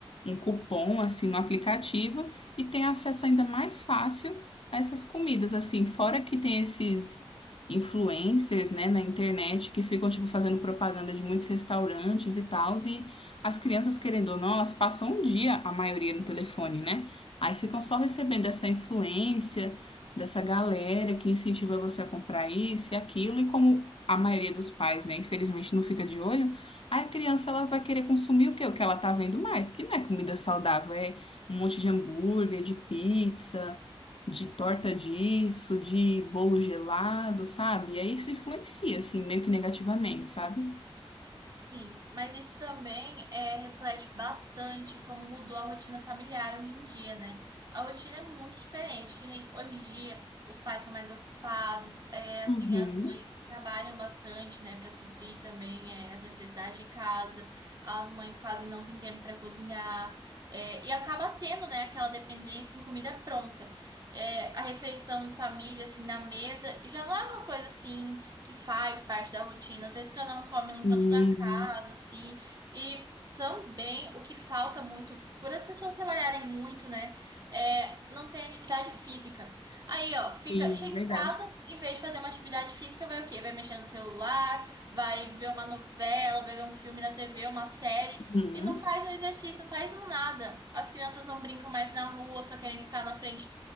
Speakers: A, on the left; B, on the right.
A: um cupom assim no aplicativo e tem acesso ainda mais fácil a essas comidas, assim, fora que tem esses influencers, né, na internet que ficam, tipo, fazendo propaganda de muitos restaurantes e tal, e as crianças, querendo ou não, elas passam um dia, a maioria, no telefone, né? Aí ficam só recebendo essa influência dessa galera que incentiva você a comprar isso e aquilo, e como a maioria dos pais, né, infelizmente não fica de olho, aí a criança, ela vai querer consumir o quê? O que ela tá vendo mais, que não é comida saudável, é um monte de hambúrguer, de pizza, de torta disso, de bolo gelado, sabe? E aí isso influencia, assim, meio que negativamente, sabe?
B: Sim, mas isso também é, reflete bastante como mudou a rotina familiar hoje em dia, né? A rotina é muito diferente, que nem hoje em dia os pais são mais ocupados, é assim,
A: Uhum.
B: as mães trabalham bastante, né, para suprir também é, as necessidades de casa, as mães quase não têm tempo para cozinhar, é, e acaba tendo, né, aquela dependência em comida pronta. É, a refeição em família, assim, na mesa, já não é uma coisa assim que faz parte da rotina. Às vezes cada um come num
A: Sim,
B: canto da casa, assim. E também o que falta muito, por as pessoas trabalharem muito, né? É, não tem atividade física. Aí, ó, fica,
A: sim,
B: chega
A: verdade.
B: em casa, em vez de fazer uma atividade física, vai o quê? Vai mexer no celular, vai ver uma novela, vai ver um filme na TV, uma série.
A: Uhum.
B: E não faz um exercício, faz um nada. As crianças não brincam mais na rua, só querem ficar na frente